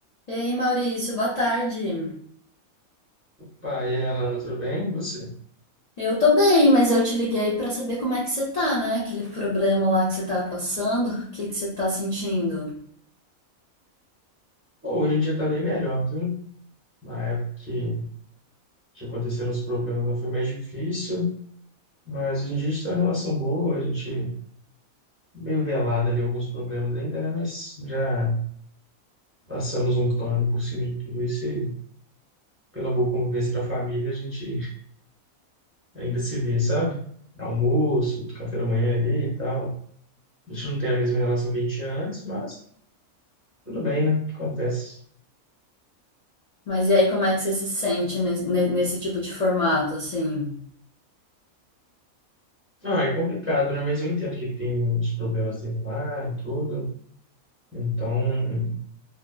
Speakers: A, on the left; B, on the right.
A: Ei, Maurício, boa tarde.
B: pai e aí, Alana, tudo bem? E Você?
A: Eu tô bem, mas eu te liguei pra saber como é que você tá, né? Aquele problema lá que você tá passando, o que que você tá sentindo?
B: Pô, hoje em dia tá bem melhor, viu? Na época que, que aconteceram os problemas lá foi mais difícil, mas hoje em dia a gente tá em uma relação boa, a gente meio velado ali alguns problemas ainda, né? Mas já passamos um pano por cima de tudo isso e pela boa convivência da família a gente ainda se vê, sabe? Almoço, café da manhã ali e tal. A gente não tem a mesma relação que a gente tinha antes, mas tudo bem, né? Acontece.
A: Mas e aí, como é que você se sente nes- ne- nesse, tipo de formato, assim?
B: Ah, é complicado, né? Mas eu entendo que ele tem uns problemas dele lá e tudo. Então,